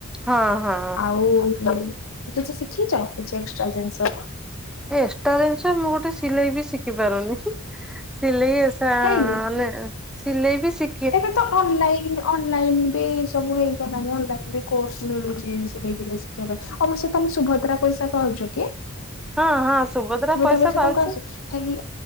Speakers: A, in the centre; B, on the left (about 65°).
A: ହଁ ହଁ।
B: ଆଉ କିଛି ଶିଖିଛ କିଛି ଏକ୍ସଟ୍ରା ଜିନିଷ।
A: ଏକ୍ସଟ୍ରା ଜିନିଷ ମୁଁ ଗୋଟେ ସିଲେଇ ବି ଶିଖି ପାରୁନି। ସିଲେଇ ଏସା <unintelligible>
B: କାହିଁକି
A: ସିଲେଇ ବି ଶି
B: ଏବେ ତ ଅନଲାଇନ୍ ଅନଲାଇନ୍ ବି ସବୁ ହେଇଗଲାଣିି ଅନଲାଇନ୍ ବି କୋର୍ସ ମିଳୁଚି ସେ <unintelligible> ଅବ୍ୟଶ ତମେ ସୁଭଦ୍ରା ପଇସା ପାଉଚ କି?
A: ହଁ ହଁ
B: ସୁଭଦ୍ରା ପଇସା
A: ପାଉଛି
B: ତମକୁ ଆସୁଛି ହେରି